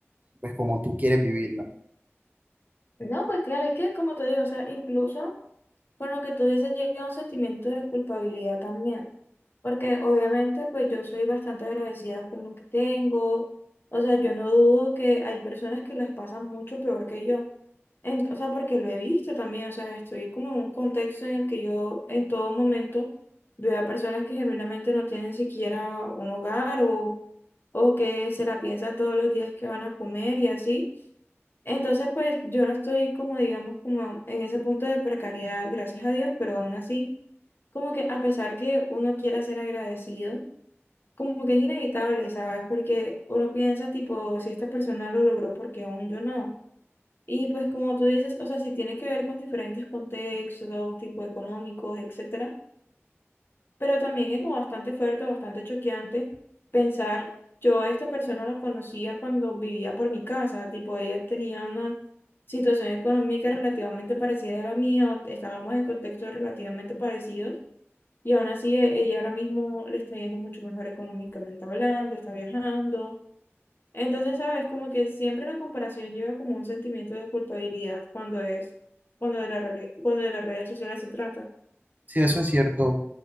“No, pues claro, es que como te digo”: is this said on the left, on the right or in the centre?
Left